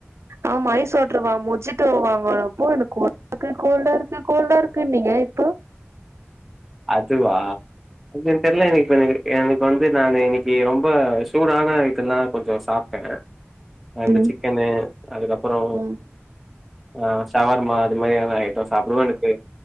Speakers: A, on the right (about 75°); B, in the centre.
A: ஆமா ஐஸ்ோட்டுருவா முடிச்சிட்டு போவாங்கப்போ எனக்கு கோல்டா இருக்கு கோல்டா இருக்கு கோல்டா இருக்கு நீங்க இப்ப
B: அதுவா எனக் தெர்ல இன்னைக் எனக்கு வந்து நானு இன்னைக்கு ரொம்ப சூடான ஐட்டோ தான் கொஞ்சோ சாப்ட் <unintelligible> அந்த
A: ம்
B: சிக்கனு அதுக்கப்றோ
A: ம்
B: அஹ் சவர்மா அது மாதிரியான ஐட்டோ சாப்டுவே எனக்கு